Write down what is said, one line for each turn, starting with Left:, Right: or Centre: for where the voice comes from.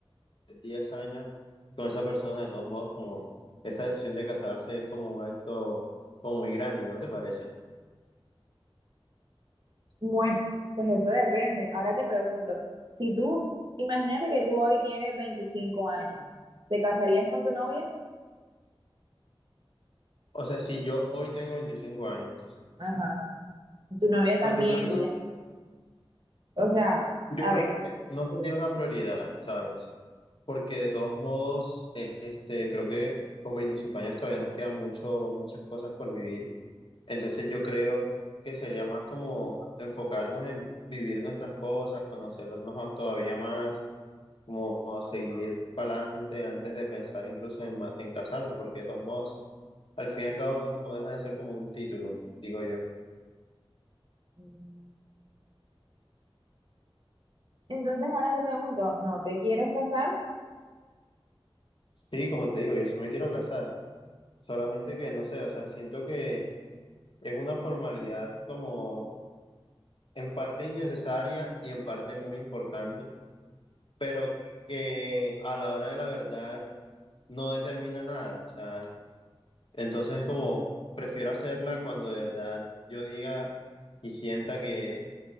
Left: 10 años con esa persona, de todos modos, como esa decisión de casarse es como un acto como muy grande, ¿no te parece?
Right: Bueno, pues eso depende. Ahora te pregunto, si tú, imagínate que tú hoy tienes 25 años, ¿te casarías con tu novia?
Left: O sea, si yo hoy tengo 25 años,
Right: Ajá, tu novia también
Left: pues yo creo que
Right: y
Left: no,
Right: ya. O sea,
Left: yo
Right: a
Left: creo
Right: ver.
Left: que no sería una prioridad, ¿sabes? Porque de todos modos, eh, este, creo que con 25 años todavía nos quedan mucho, muchas cosas por vivir. Entonces yo creo que sería más como enfocarnos en vivir nuestras cosas, conocernos a- todavía más como a seguir para adelante antes de pensar incluso en, ma- en casarnos, porque de todos modos, al fin y al cabo no, no deja de ser como un título, digo yo.
Right: mm, Entonces ahora te pregunto, ¿no te quieres casar?
Left: Sí, como te digo, yo sí me quiero casar, solamente que no sé, o sea, siento que es una formalidad como en parte innecesaria y en parte muy importante, pero que a la hora de la verdad no determina nada, o sea, entonces como prefiero hacerla cuando de verdad yo diga y sienta que